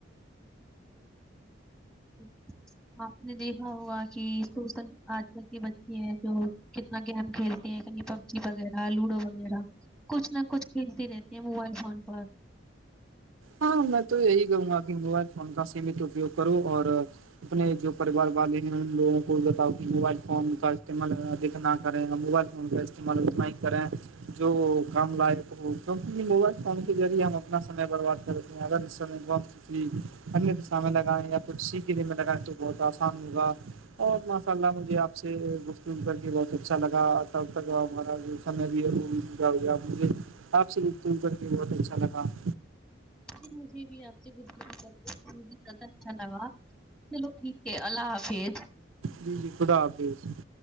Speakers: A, in the centre; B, on the right.
A: <inaudible> آپ نے دیکھا ہوگا کہ سوشل آج کل کے بچے ہیں جو نا گیم کھیلتے ہیں کہیں پر جی وغیرہ لوڈو وغیرہ کچھ نہ کچھ کھیلتے رہتے ہیں موبائل فون پر
B: ہاں میں تو یہی کہوں گا کہ موبائل فون کا سیمت اپیوگ کرو اور اپنے جو پریوار والے ہیں ان لوگ بتاؤ کہ موبائل فون کا استعمال ادک نا کریں موبائل فون کا استعمال اتنا ہی کریں جو کام لائق ہو کیونکہ یہ موبائل فون کے ذریعے ہم اپنا سمے برباد کرتے ہیں اگر اس سمے کو ہم کسی انکسا میں لگائیں یا کچھ سیکھنے میں لگائیں تو بہت آسان ہوگا اور ماشاء اللہ مجھے آپ سے گفتگو کر کے بہت اچھا لگاتا اور تب تک آپ سے گفتگو کرکے بہت اچھا لگا <inaudible>
A: جی مجھے بھی آپ سے گفتگو کرکے بہت زیادہ اچھا لگا چلو ٹھیک ہے اللہ حافظ
B: جی جی خدا حافظ